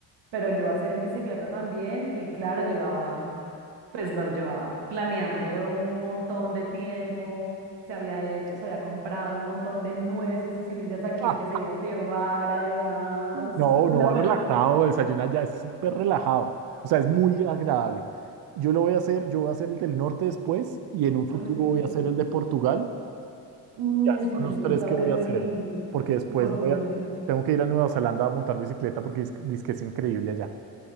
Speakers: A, on the right; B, on the right.
A: pero él iba a hacer en bicicleta también y claro, llevaba, pues lo llevaba planeando un montón de tiempo, se había hecho, se había comprado un montón de nueces y semillas aquí
B: Ah,
A: que se iba a llevar además,
B: no,
A: <laughs>
B: uno
A: o sea,
B: va
A: pero,
B: relajado, desayuna ya, es súper relajado. O sea, es muy agradable. Yo lo voy a hacer, yo voy a hacer el del norte después y en un futuro
A: ay, qué
B: voy
A: rico.
B: a hacer el de Portugal
A: Mm,
B: Ya, esos
A: y también
B: son los
A: he escuchado
B: tres que voy
A: que es
B: a
A: re
B: hacer,
A: lindo.
B: porque después
A: Y Portugal
B: voy a,
A: tiene.
B: tengo que ir a Nueva Zelanda a montar bicicleta porque dice que es increíble allá.